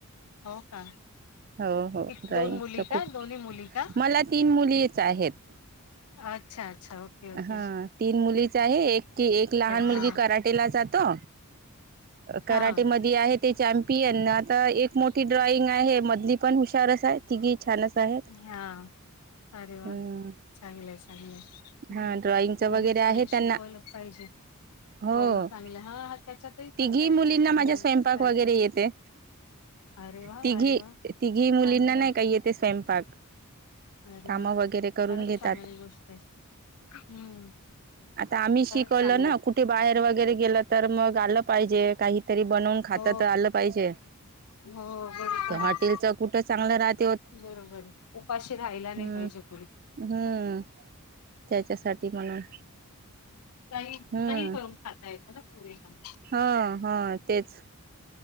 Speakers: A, on the left; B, on the right.
A: हो का?
B: हो -हो
A: कित
B: ड्रॉइंगच
A: दोन मुली का
B: खूप,
A: दोन्ही मुली का?
B: मला तीन मुलीच आहेत.
A: अच्छा-अच्छा, ओके-ओके.
B: हा तीन मुलीच आहे, एक ती लहान मुलगी
A: हा
B: कराटेला जातो कराटे
A: हा.
B: मधी आहे ती चॅमपियन ना एक मोठी ड्रॉइंग आहे, मधली पण हुशारच आहे, तिघी छानच आहेत.
A: हा अरे वा,
B: हम्म
A: चांगलंय- चांगलंय.
B: हा ड्रॉइंगच
A: बरे
B: वगैरे
A: चांगले
B: आहे त्यांना
A: शिकवलंच पाहिजे.
B: हो,
A: ड्रॉइंग चांगलं हा हा त्याच्यातही करता
B: तिघी
A: येतं
B: मुलींना
A: ना करिअर
B: माझ्या स्वयंपाक
A: करता
B: वगैरे
A: येतं.
B: येते.
A: अरे वा
B: तिघी,
A: अरे वा
B: तिघी मुलींना
A: चांगलंय
B: नाही का येते स्वयंपाक.
A: अरे
B: कामं
A: वा,
B: वगैरे करून
A: खरचं
B: घेतात
A: चांगली गोष्ट आहे, हम्म.
B: आता आम्ही शिकवलं
A: खरंच चांगले
B: ना कुठे बाहेर वगैरे गेलं, तर मग आलं पाहिजे काही तरी बनवून खाता
A: हो
B: तर आलं पाहिजे,
A: हो बरोबर
B: ते
A: आहे
B: हॉटेलचं कुठं चांगलं राहत.
A: बरोबर ये, उपाशी राहिल्या नाही
B: हम्म
A: पाहिजे पोरी.
B: हम्म, त्याच्यासाठी म्हणून
A: काही-काही
B: हम्म
A: करून खाता येतं ना पोरीना.
B: हा -हा तेच,